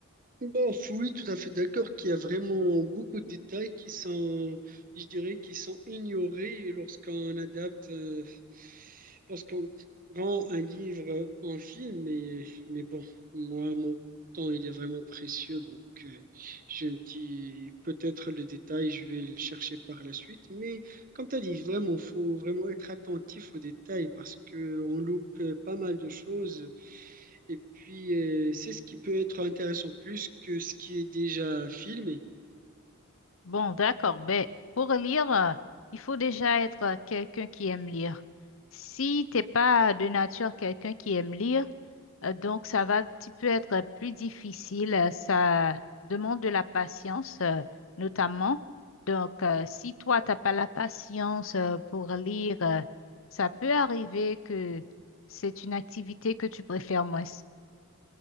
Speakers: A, on the right; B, on the left.
A: Bon, oui, tout à fait d'accord qu'il y a vraiment beaucoup de détails qui sont, je dirais, qui sont ignorés lorsqu'on adapte, euh, lorsqu'on rend un livre en film. Mais, mais bon, moi, mon temps, il est vraiment précieux, donc euh, je me dis peut-être le détail, je vais le chercher par la suite. Mais comme tu as dit, vraiment, faut vraiment être attentif aux détails parce que on loupe pas mal de choses. Et puis, euh, c'est ce qui peut être intéressant plus que ce qui est déjà filmé.
B: Bon, d'accord. Ben, pour lire, euh, il faut déjà être euh, quelqu'un qui aime lire. Si t'es pas de nature quelqu'un qui aime lire, Euh, Donc, ça va un petit peu être plus difficile. euh, Ça demande de la patience, euh, notamment. Donc, euh, si toi, t'as pas la patience euh, pour lire, euh, ça peut arriver que c'est une activité que tu préfères moins. <laughs>